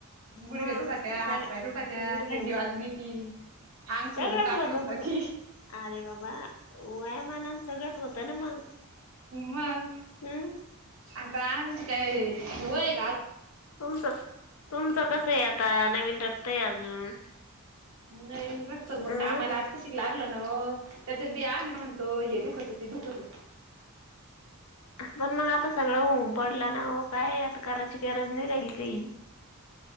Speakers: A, on the right (about 65°); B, on the left (about 70°).
A: गुडगे
B: मग
A: दुखत्या,
B: सग
A: हातपाय दुखत्या
B: गुडघे
A: थंडी बाजून येतं. ती आंग सोडून
B: सगळंच
A: तापन
B: होतं
A: येऊन जाती.
B: पण अरे बाबा वयामानान सगळंच होतं ना मग.
A: मंग.
B: हम्.
A: आता आमच काय वय हे का? आ
B: तुमचं तुमचं कस आहे आता नवीन रक्त आहे अजून.
A: नवीन रक्त मग
B: अं
A: कामाला आत्ता शिक लागलं ना हो त्याच्यात बी आम्ह तो हे दुखतं ते दुखतं.
B: पण मग आता सगळं ऊन पडलं ना, हो काय आता करायची गरज नाही राहील काही.